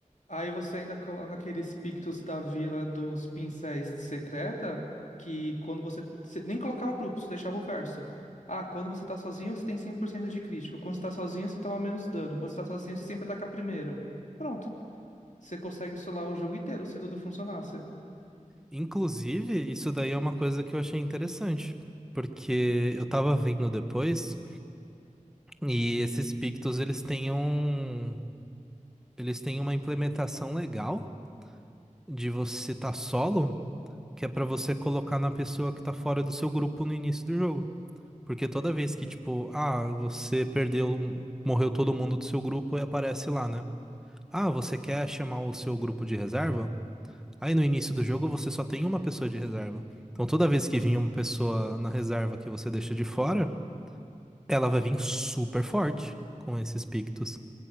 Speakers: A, on the left (about 65°); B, in the centre.
A: Aí você ainda coloca aqueles pictos da Vila dos Pincéis Secreta, que quando você, você nem colocava grupo, você deixava o verso. Ah, quando você tá sozinho, você tem 100% de crítica. Quando você tá sozinho, você toma menos dano. Quando você tá sozinho, você sempre ataca primeiro. Pronto. Você consegue solar o jogo inteiro se tudo funcionasse.
B: Inclusive, isso daí é uma coisa que eu achei interessante, porque eu tava vendo depois... E esses pictos, eles têm um Eles têm uma implementação legal de você tá solo, que é pra você colocar na pessoa que tá fora do seu grupo no início do jogo. Porque toda vez que, tipo, ah, você perdeu, morreu todo mundo do seu grupo e aparece lá, né? Ah, você quer chamar o seu grupo de reserva? Aí no início do jogo você só tem uma pessoa de reserva. Então toda vez que vinha uma pessoa na reserva que você deixa de fora, ela vai vir super forte com esses pictos.